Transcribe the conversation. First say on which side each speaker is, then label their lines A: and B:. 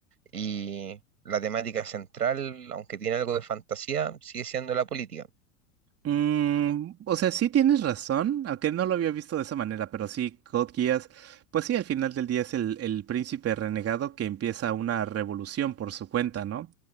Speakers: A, on the right; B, on the right.
A: Y la temática central, aunque tiene algo de fantasía, sigue siendo la política.
B: Mm, o sea, sí tienes razón, aunque no lo había visto de esa manera, pero sí, Code Geass, pues sí, al final del día es el, el príncipe renegado que empieza una revolución por su cuenta, ¿no?